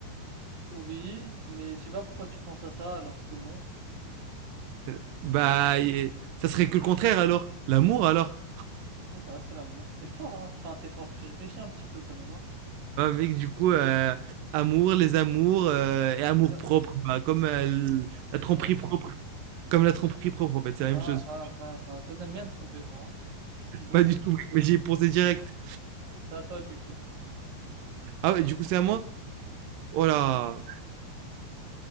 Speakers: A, on the right (about 60°); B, on the right (about 80°).
A: Oui, mais je sais pas pourquoi tu penses à ça alors que non.
B: Euh, Bah, et- ça serait que le contraire alors. L'amour alors.
A: C'est ça, c'est l'amour. T'es fort, hein. Enfin, t'es fort, tu réfléchis un petit peu quand même, hein.
B: Ah, mec, du coup, euh, amour, les amours euh, et amour
A: C'est là-
B: propre. Bah, comme
A: c'est-
B: euh, l-
A: c'est
B: la tromperie
A: ça.
B: propre. Comme la tromperie propre, en fait, c'est la
A: Ah
B: même chose.
A: ah ah ah. Toi, t'aimes bien te tromper, toi, hein. Cupidon,
B: Pas
A: va.
B: du tout, mec, mais j'y ai pensé direct.
A: C'est à toi, du coup.
B: Ah ouais, du coup, c'est à moi? Oh là.